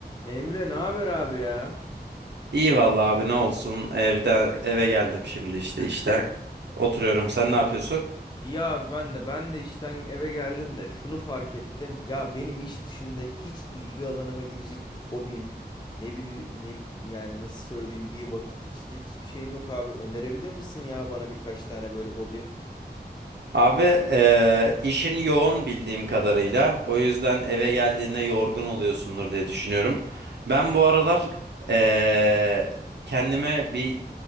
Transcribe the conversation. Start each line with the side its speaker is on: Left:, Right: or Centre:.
Left: Emre ne haber abi ya?
Right: İyi vallahi abi ne olsun. Evden eve geldim şimdi işte işten. Oturuyorum. Sen ne yapıyorsun?
Left: İyi abi ben de ben de işten eve geldim de şunu fark ettim. Ya benim iş dışında hiç ilgi alanıma girecek bir hobim, ne bileyim ne yani nasıl söyleyeyim bir vakit geçirecek hiçbir şeyim yok abi. Önerebilir misin ya bana birkaç tane böyle hobi?
Right: Abi eee, işin yoğun bildiğim kadarıyla. O yüzden eve geldiğinde yorgun oluyorsundur diye düşünüyorum. Ben bu aralar eee, kendime bir